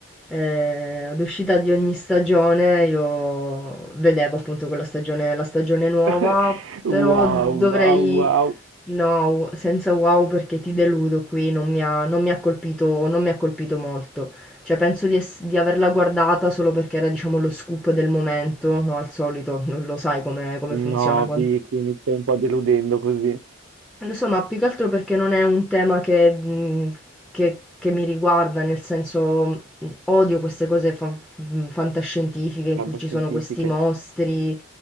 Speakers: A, in the centre; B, on the right.
A: eh, ad uscita di ogni stagione io vedevo appunto quella stagione, la stagione nuova,
B: <laughs> Wow,
A: però dovrei,
B: wow, wow.
A: no, senza wow perché ti deludo qui, non mi ha, non mi ha colpito, non mi ha colpito molto, cioè penso di, ess- di averla guardata solo perché era diciamo lo scoop del momento, no, al solito, non lo sai come, come
B: No,
A: funziona
B: Vicky, mi stai un po' deludendo così.
A: lo so, ma più che altro perché non è un tema che, mh, che- che mi riguarda, nel senso mh, odio queste cose fa- mh, fantascientifiche in
B: Fantascientifiche.
A: cui ci sono questi mostri,